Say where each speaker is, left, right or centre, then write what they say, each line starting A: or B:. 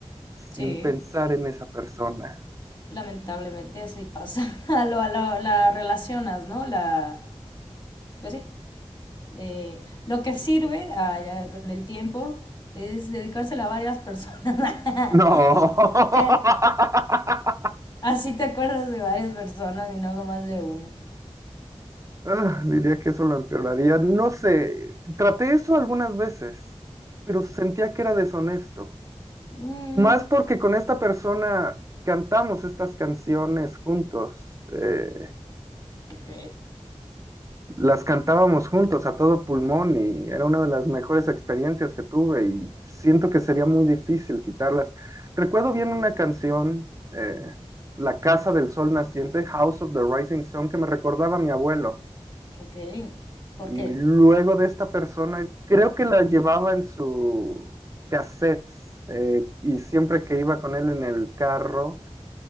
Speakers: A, on the right; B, on the left.
A: sin
B: sí,
A: pensar en esa persona.
B: lamentablemente así pasa. <laughs> Lo, lo- la relacionas, ¿no? La, pues sí. Eh, lo que sirve ah, ya con el tiempo es dedicárselo a varias personas.
A: No.
B: <laughs>
A: <laughs>
B: Ah, Así te acuerdas de varias personas y no algo más de una.
A: Ah, diría que eso lo empeoraría. No sé, traté eso algunas veces, pero sentía que era deshonesto.
B: Mm,
A: Más porque con esta persona cantamos estas canciones juntos, eh,
B: ok,
A: las cantábamos juntos a todo pulmón y era una de las mejores experiencias que tuve y siento que sería muy difícil quitarlas. Recuerdo bien una canción, eh, La Casa del Sol Naciente, House of the Rising Sun, que me recordaba a mi abuelo.
B: ok. ¿Por
A: Y
B: qué?
A: luego de esta persona, creo que la llevaba en su cassette eh, y siempre que iba con él en el carro